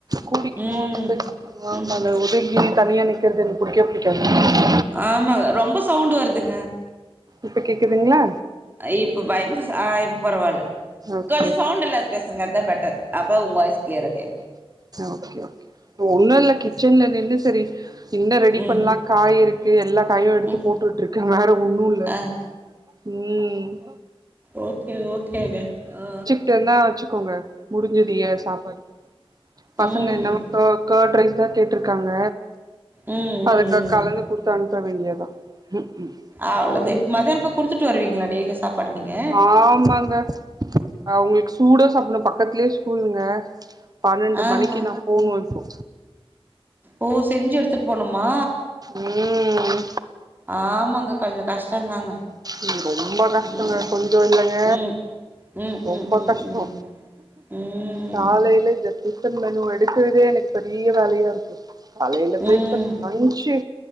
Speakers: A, on the right (about 40°); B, on the right (about 20°).
A: கூடிக்கிணும்
B: ம்
A: பேஸ் ஆமால
B: ம்
A: ஒதுங்கி தனியா நிக்கிறது எனக்கு புடிக்வே புடிக்காது
B: ஆமாங்க ரொம்ப சவுண்டு வருதுங்க
A: இப்ப கேக்குதுங்ளா
B: அ இப்ப பயங்குர ச இப்ப பரவால்ல
A: ஓகே
B: கொஞ்ச சவுண்ட் இல்ல பேசுங்கர்த பெட்டர் அப்ப உங் வாய்ஸ் க்ளியரா கேக்
A: ஓக்கே ஓகே உள்ளல்ல கிச்சன்ல நின்னு செரி இன்ன ரெடி
B: ம்
A: பண்லா காய் இருக்கு எல்லா காயு எடுத்து
B: ம்
A: போட்டுட்ருக்க வேற ஒன்னுல்ல
B: ஆ
A: ம்
B: ஓக்கே ஓகேங்க அ
A: டுனா வச்சுக்கோங்க முடிஞ்சுது ஏ சாப்பாடு பசங்க
B: ம் ம்
A: என்னமோ க கர்ட் ரைஸ் தா கேட்டுருக்காங்க
B: ம் ம்
A: அது கா
B: ம்
A: கலந்து குடுத்து அனுப்ப வேண்டியதா ம் ம்
B: அவ்வளது இப்ப மதியாள போய் குடுத்துட்டு வருவீங்கள டெய்லி சாப்பாடு நீங்க
A: ஆமாங்க அவுங்களுக்கு சூடா சாப்புணு பக்கத்துலே ஸ்கூலுங்க பனண்டு
B: ஆஹா
A: மணிக்கு நா போனு இப்போ
B: ஓ செஞ்சு எடுத்துட்டு போனுமா
A: ம்
B: ஆமாங்க கொஞ்ச கஷ்டந்தாங்க
A: ம் ரொம்ப கஷ்டோங்க
B: ம்
A: கொஞ்சோ இல்லங்க
B: ம் ம்
A: ரொம்ப
B: ம் ம்
A: கஷ்டோ
B: ம்
A: காலையிலே ஜர் டிஃபன் மெனு எடுக்கறதே எனக்கு பெரிய வேலையா இருக்கு காலையில பிரேக்ஃபாஸ்ட்
B: ம் ம்
A: லன்ச்சு